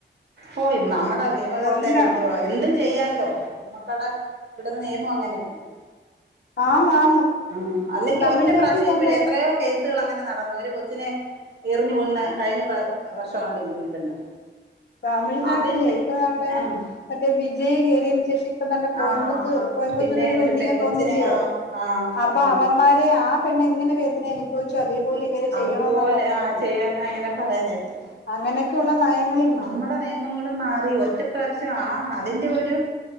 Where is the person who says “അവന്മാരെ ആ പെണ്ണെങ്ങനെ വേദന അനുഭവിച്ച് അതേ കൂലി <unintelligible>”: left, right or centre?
Left